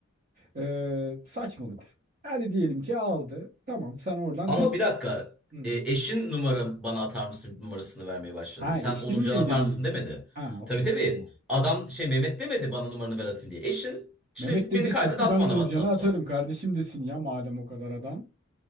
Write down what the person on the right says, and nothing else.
eee, saçmalık. Hadi diyelim ki aldı. Tamam sen oradan
devam.
Hı.
Ha
eşim
mi
dediymiş.
Ha okey.
Tamam.
Mehmet de
desin
ki
ben Onurcan'a
atarım kardeşim desin ya madem o kadar adam.